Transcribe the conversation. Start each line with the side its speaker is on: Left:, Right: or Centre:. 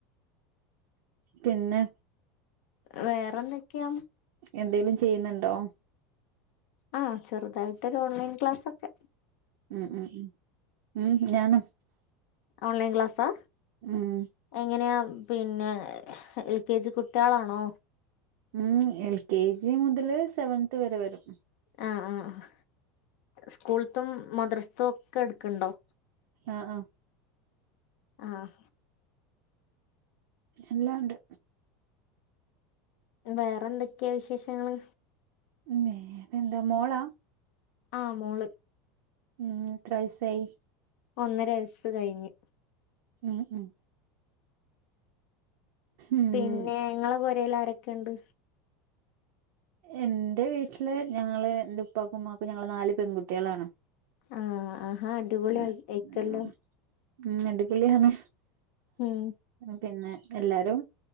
Right: പിന്നെ
Left: വേറെന്തൊക്കെയ
Right: എന്തേലും ചെയ്യുന്നുണ്ടോ
Left: ആഹ് ചെറുതായിട്ട് ഒരു ഓൺലൈൻ ക്ലാസ്സ് ഒക്കെ
Right: ഉം ഉം ഉ ഉം ഞാനും
Left: ഓൺലൈൻ ക്ലാസ്സാ
Right: ഉം
Left: എങ്ങനെയാ പിന്നെ എൽ കെ ജി കുട്ടികളാണോ
Right: ഉം എൽ കെ ജി മുതല് സെവൻന്ത് വരെ വരും
Left: ആഹ് ആഹ് സ്കൂളത്തും മദ്രസത്തും ഒക്കെ എടുക്കണ്ടോ
Right: ആഹ് ആഹ്
Left: ആഹ്
Right: എല്ലാം എണ്ട്
Left: വേറെ എന്തൊക്കെയാ വിശേഷങ്ങള്
Right: ഇങ്ങേ എന്ത മോള
Left: ആ മോള്
Right: ഉം എത്ര വയസ്സ് ആയി
Left: ഒന്നര വയസ് കഴിഞ്ഞു
Right: ഉം ഉം ഉം
Left: പിന്നെ നിങ്ങളെ പോരല്ല് ആരൊക്കെയണ്ട്
Right: എന്റെ വീട്ടില് ഞങ്ങള് എന്റെ ഉപ്പാക്കും ഉമ്മാക്കും ഞങ്ങള് നാല് പെൺകുട്ടികളാണ്
Left: ആഹ് ആഹാ അടിപൊളി
Right: ഉം
Left: ആയി ആയിക്കല്ലോ
Right: ഉം അടിപൊളി ആണ്
Left: ഉം
Right: പിന്നെ എല്ലാരും